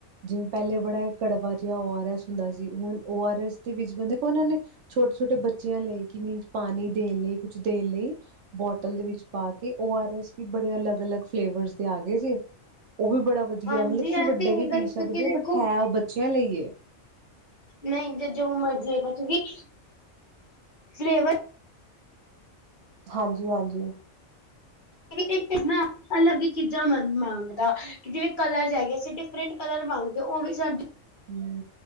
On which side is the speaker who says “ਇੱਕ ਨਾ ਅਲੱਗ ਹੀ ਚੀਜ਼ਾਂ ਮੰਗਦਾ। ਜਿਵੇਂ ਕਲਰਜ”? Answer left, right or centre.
Left